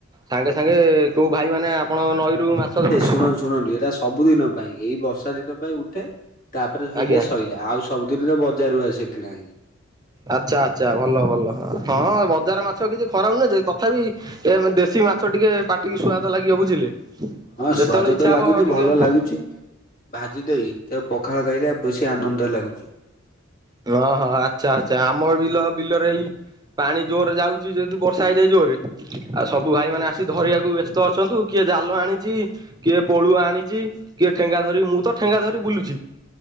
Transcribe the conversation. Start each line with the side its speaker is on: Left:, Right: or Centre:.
Right: ସାଙ୍ଗେ ସାଙ୍ଗେ କଉ ଭାଇମାନେ ଆପଣ ନଈରୁ ମାଛ ଧରନ୍ତି
Left: ଶୁଣୁ ଶୁଣନ୍ତୁ ଏଇଟା ସବୁ ଦିନ ପାଇଁ ଏଇ ବର୍ଷା ଦିନ ପାଇଁ ଉଠେ ତାପରେ ଶୋଇିଲେ
Right: ଆଜ୍ଞା।
Left: ଶୋଇଲା ଆଉ ସବୁଦିନ ତ ବଜାରରୁ ଆସେ କିଣା ହେକି
Right: ଆଚ୍ଛା ଆଚ୍ଛା ଭଲ ଭଲ ହଁ ବଜାର
Left: ବୁଝିପାରିଲେ।
Right: ମାଛ କିଛି ଖରା ନୁହେଁ ଯେ ତଥାପି ଏ ଦେଶୀ ମାଛ ଟିକେ ପାଟିକି ସ୍ୱାଦ ଲାଗିବ ବୁଝିଲେ
Left: ହଁ
Right: ଯେତେବେଳେ
Left: ସ୍ଵାଦ
Right: ଇଚ୍ଛା
Left: ତ ଲାଗୁଚି
Right: ହବ ଟିକେ
Left: ଭଲ ଲାଗୁଛି ଭାଜି ଦେଇ ତାକୁ ପଖାଳ ଖାଇଲେ ବେଶୀ ଆନନ୍ଦ ଲାଗୁଛି
Right: ଓଁହଁ ଆଚ୍ଛା ଆଚ୍ଛା ଆମର ବିଲ ବିଲରେ ଏଇ ପାଣି ଜୋରରେ ଯାଉଛି ଯେହେତୁ ବର୍ଷା ହେଇଯାଏ ଜୋର ରେ ଆଉ
Left: ହୁଁ
Right: ସବୁ ଭାଇ ମାନେ ଆସ କି ଧରିବାକୁ ବ୍ୟସ୍ତ ଅଛନ୍ତୁ କିଏ ଜାଲ ଆଣିଛି କିଏ ପଳୁଆ ଆଣିଛି କିଏ ଠେଙ୍ଗା ଧରି ମୁଁ ତ ଠେଙ୍ଗା ଧରି ବୁଲୁଛି